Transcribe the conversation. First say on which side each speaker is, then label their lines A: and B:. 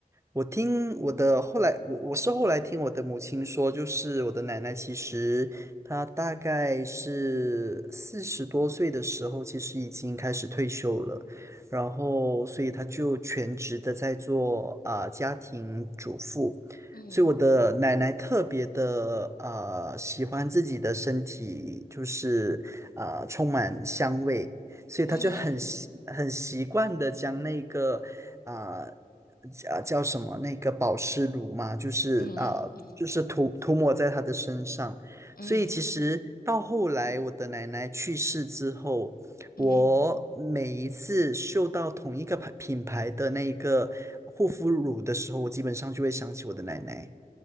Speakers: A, on the right; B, on the left.
A: 我听我的后来，我我是后来听我的母亲说，就是我的奶奶，其实她大概是四十多岁的时候，其实已经开始退休了，然后所以她就全职的在做啊、家庭主妇，
B: 嗯
A: 所以我的奶奶特别的呃喜欢自己的身体，就是啊充满香味，所以她就很习很习惯的将那个。
B: 嗯
A: 啊。叫叫什么那个保湿乳嘛，就是啊、
B: 嗯
A: 呃就是涂涂抹在她的身上。
B: 嗯
A: 所以其实到后来我的奶奶去世之后，
B: 嗯，
A: 我每一次嗅到同一个牌品牌的那个护肤乳的时候，我基本上就会想起我的奶奶